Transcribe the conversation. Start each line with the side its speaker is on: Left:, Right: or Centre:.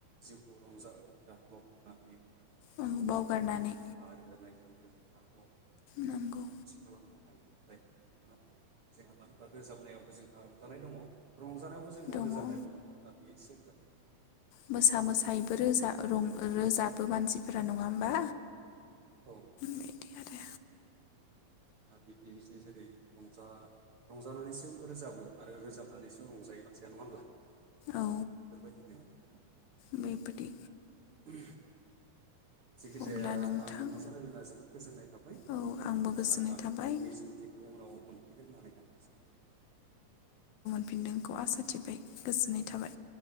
Right: जिउखौ रंजा <unintelligible> बावगारनो हायो
Left: औ
Right: मुजथुनाय
Left: बावगारनानै
Right: आरो दानाय लुनाय खुसि
Left: नंगौ
Right: खालामनो हायो जोंहा मानो होनबा रोजाबनायावबो जोंहा रंजानाय दङ रंजानायावबो जोंहा
Left: दङ
Right: रोजाबनाय
Left: औ
Right: नङा होमब्ला बेयो सेम जाखायो
Left: मोसा मोसायैबो रोजाब रं रोजाबो मानसिफोरा नङा होमबा
Right: औ
Left: बेबायदि
Right: बिब्दिनोसै जेरै रंजा रंजानानैसो रोजाबो आरो रोजाबनानैसो रंजायो मानसिया नङा होमब्ला
Left: औ
Right: बेफोरबायदिनो
Left: बेबायदि
Right: उम जिखिजाया
Left: अब्ला नोंथां
Right: आं नोंथांजों रायज्लायना जोबोद गोजोननाय थाबाय
Left: औ
Right: गोजोनबाय
Left: आंबो गोजोननाय
Right: आरो आं
Left: थाबाय
Right: आंनि सोंथिखौ उनाव मोनफैगोन होननानै आं आसा
Left: नोंखौ आसा थिबाय गोजोननाय थाबाय